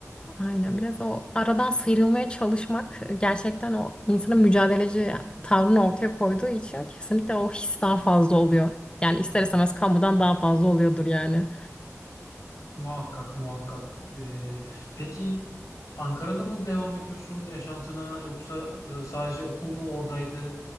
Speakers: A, on the left; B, on the left.
A: Aynen biraz o aradan sıyrılmaya çalışmak e, gerçekten o insanın mücadeleci tavrını ortaya koyduğu için kesinlikle o his daha fazla oluyor. Yani ister istemez kamudan daha fazla oluyordur yani.
B: Muhakkak muhakkak. Ee, peki Ankara'da mı devam ediyorsun yaşantına yoksa e, sadece okul mu oradaydı?